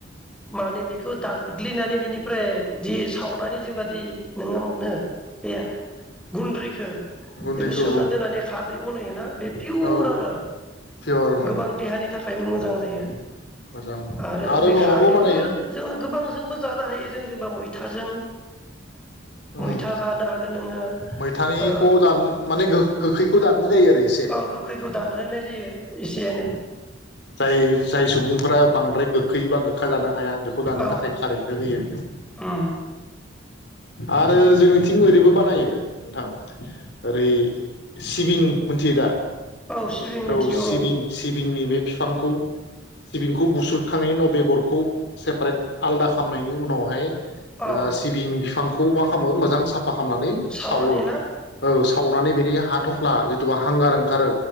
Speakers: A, in the centre; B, on the left.
A: माने बेखौ दानग्लिनानै बिनिफ्राय जि सावनानै जिबादि नोङो मोनो बे गुन्द्रिखो
B: गुन्दैखौ
A: सोमना दोननानै खारदै बनायोना बे पियुर
B: औ
A: आरो
B: पियर उम
A: गोबां देहानि थाखायबो मोजां जायो
B: मोजां
A: आरो बे
B: माबाबो
A: खारदैखौ
B: बानायो
A: जोङो गोबां जोंबो जानो हायो जों जेनेबा मैथाजों
B: उम
A: मैथा जानो हागोन नोङो
B: मैथानिखौ
A: ओ
B: जानो माने गोखैखौ दान गारनाय जायो आरो एसे
A: ओ गोखैखौ दानहोनाय जायो एसे एनै
B: जाय जाय सुबुंफोरा बांद्राय गोखैबा गोखा जानो हाया। खौ दानो
A: औ
B: थाखाय खारैखौ होयो
A: उम
B: आरो जोंनिथिं ओरैबो बानायो नोंथां ओरै सिबिं मिथियो दा
A: औ सिबिं मिथिगौ
B: औ सिबिं सिबिंनि बे बिफांखौ सिबिंखौ बुस्रोद खांनायनि उनाव बेगरखौ सेपारेट आलदा खालामामनायनि उनावहाय
A: औ
B: ओ सिबिं बिफां खौ मा खालामो मोजां साफा खालामनानै सावो
A: सावनानै ना
B: औ सावो माने बिनि हाथ'फ्ला जिथुबा हांगार ओंखारो